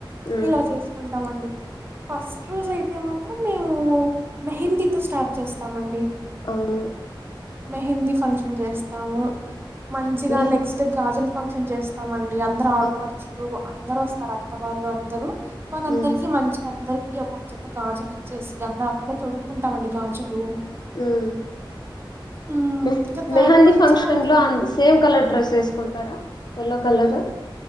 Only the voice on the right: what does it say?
ఇలా చేసుకుంటామండి ఫస్ట్ రోజు అయితే మాత్రం మేము మెహందీతో స్టార్ట్ చేస్తామండి
మెహందీ ఫంక్షన్ చేస్తాము మంచిగా
నెక్స్ట్ గాజులు ఫంక్షన్ చేస్తామండి మీ అందరు ఆడపడుచులు
అందరు వస్తారు అత్త వాళ్ళు అందరు వాళ్ళందరికీ
మంచి అందరికి ఒక్కొక్క జత గాజులు ఇచ్చేసి, అందరం అక్కడే తొడుక్కుంటాం అండి గాజులు
ఉమ్
ఇంకా థర్డ్
డే వచ్చి
హల్దీ